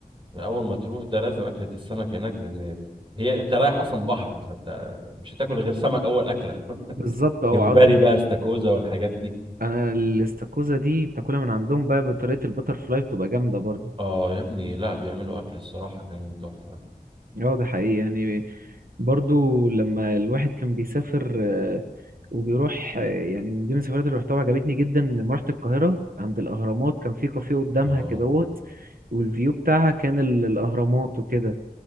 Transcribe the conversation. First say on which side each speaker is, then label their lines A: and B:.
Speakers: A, on the right; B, on the right.
A: اول ما تروح ده لازم اكله السمك هناك لان هي انت رايح اصلا بحر فانت مش هتاكل غير سمك اول اكله
B: بالظبط اه
A: جمبري
B: عاوز
A: بقى استاكوزا والحاجات دي
B: انا الاستاكوزا دي بتاكلها من عندهم بقى بطريقة البتر فلاي بتبقى جامدة برضو
A: اه يا ابني لا بيعملوا اكل الصراحه كان تحفه
B: اه ده حقيقي يعني برضو لما الواحد كان بيسافر آه، وبيروح آه، يعني من ضمن السفرات اللي رحتها عجبتني جدا لما رحت القاهرة عند الأهرامات كان في كافيه قدامها
A: اه
B: كدهوت والفيو بتاعها كان ال- الأهرامات وكده